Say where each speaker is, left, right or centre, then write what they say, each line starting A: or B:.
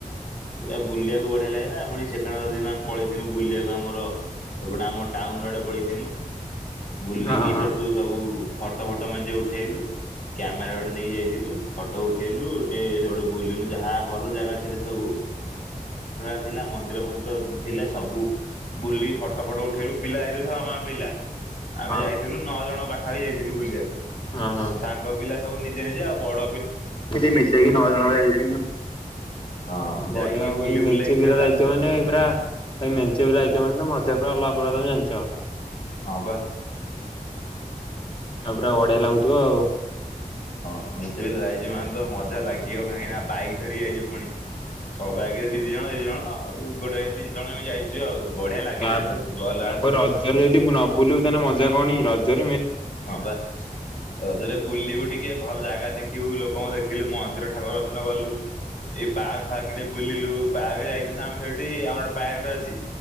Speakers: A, on the left; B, on the left.
A: ପୁରା ବୁଲିବାକୁ ବଢିଆ ଲାଗିଲା ପୁଣି ସେକେଣ୍ଡ ରଜ ଦିନ ଆମେ ପଳେଇଥିଲୁ ବୁଲିବାକୁ ଆମର। ଏପଟେ ଆମ ଟାଉନ ଆଡେ ପଳେଇ। <unintelligible> ବୁଲିକି
B: ହଁ ହଁ
A: ସେଠୁ ସବୁ ଫଟୋ ଫଟ। <inaudible> ଉଠେଇଲୁ କ୍ୟାମେରା ଗୋଟେ ନେଇ ଯାଇଥିଲୁ ଫଟୋ ଉଠେଇଲୁେ ସେ ଗୋଟେ ବୁଲିଲୁ ଯାହା ଭଲ ଜାଗା ଥିଲା ସବୁ <inaudible> ଥିଲା ମନ୍ଦିର ଫନ୍ଦିର ଥିଲା ସବୁ ବୁଲି। ଫଟୋ ଫଟ ଉଠେଇଲୁ। <inaudible> <unintelligible> ଆମେ
B: ହଁ
A: ଯାଇଥିଲୁ ନଅ ଜଣ ପା। <inaudible> ଯାଇଥିଲୁ ବୁଲିବାକୁ।
B: ହଁ ହଁ।
A: ସାଙ୍ଗ ପିଲା। ସବୁ ନିଜେ ନିଜେ ଆଉ ବଡ।
B: <inaudible> ନଅ ଜଣ ଭଳିଆ ଯାଇଥିଲୁ।
A: ହଁ ଯାଇକି
B: ବଢିଆ
A: ବୁଲି
B: ଭାଇ ମେଞ୍ଚେ
A: ବୁଲାକି ସିଆଡୁ
B: ପିଲା ଯାଇଥିବ
A: ଆସିଛୁ
B: ମାନେ
A: ଆଉ
B: ପୁରା ମେଞ୍ଚେ ଯାଇଥିବ ମାନେ ତ ମ ଜା ପୁରା ଆଲଗା ପ୍ରକାର ତମେ ଜାନଚ।
A: ହଁ ପା।
B: ଆଉ ପୁରା ବଢିଆ ଲାଗୁଥିବ ଆଉ।
A: <inaudible> ଯାଇଚି ମାନେ ତ ମଜା ଲାଗିବ କାହିଁକି ନା ବାଇକି ଧରି ଯାଇଚି ପୁଣି ସବ ବାଇକରେ ଦି ଜଣ ଦିଇ ଜଣ ଆଉ ଗୋଟାରେ ତିନି ଜଣ ଯାଇଚୁ ଆଉ। ବଢିଆ ଲାଗିଲା
B: ତାପରେ
A: କିନ୍ତୁ
B: ତାପରେ
A: ଗଲା ବେଳକୁ
B: ରଜରେ ଯଦି ନ ବୁଲୁ ତାହେଲେ ମଜା କଣ କି? ରଜ।
A: ହଁ ପା ରଜରେ ବୁଲିବୁ ଟିକେ ଭଲ ଜାଗା ଦେଖିବୁ ଲୋକଙ୍କୁ ଦେଖିଲୁ। ମନ୍ଦିର ଠାକୁର ଦର୍ଶନ କଲୁ ଏଇ ପାର୍କ ଫାର୍କ ଟିକେ ବୁଲିଲୁ ପାର୍କ ଯାଇଥିଲୁ ଆମେ ସେଇଠି ଆମର ଗୋଟେ ପାର୍କ ଟେ ଅଛି।